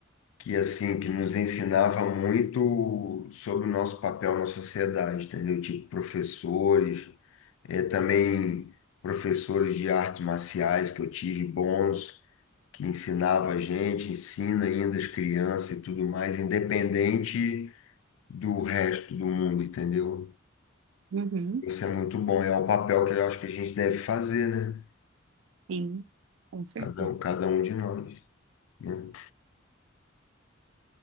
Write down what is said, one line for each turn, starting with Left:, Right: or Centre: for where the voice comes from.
Left: que assim, que nos ensinava muito sobre o nosso papel na sociedade, entendeu? Tipo professores, é, também professores de artes marciais que eu tive bons, que ensinava a gente, ensina ainda as crianças e tudo mais, independente do resto do mundo, entendeu?
Right: Uhum,
Left: Isso é muito bom, é o papel que eu acho que a gente deve fazer, né?
Right: sim, com certeza.
Left: Cada um, cada um de nós, né?